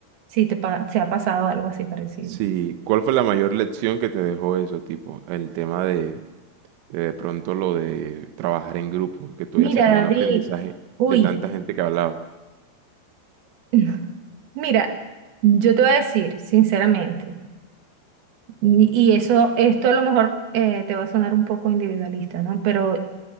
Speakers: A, on the right; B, on the right.
A: si te, pa- te ha pasado algo así parecido.
B: Sí, ¿cuál fue la mayor lección que te dejó eso, tipo? El tema de de, de pronto lo de trabajar en grupo, que tú
A: Mira,
B: hayas sacado
A: David,
B: un aprendizaje
A: uy,
B: de tanta gente que hablaba.
A: <laughs> mira, yo te voy a decir, sinceramente. Y eso, esto a lo mejor eh, te va a sonar un poco individualista, ¿no? Pero